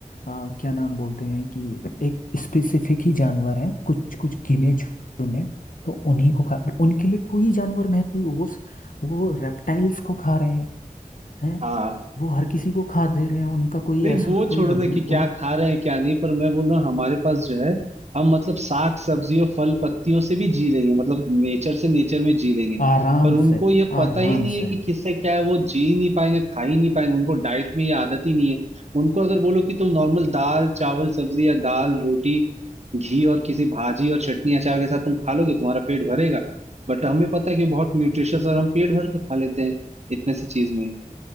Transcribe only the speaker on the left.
आ, क्या नाम बोलते हैं कि एक स्पेसिफिक ही जानवर है कुछ कुछ गिने चुने तो उन्हीं को खा उनके लिए कोई जानवर महत्व वो वो रेप्टाइल्स को खा रहे हैं हैं
वो हर किसी को खा दे रहे हैं उनका कोई
ऐसा
कोई
वजूद
उन
आराम
से
आराम
से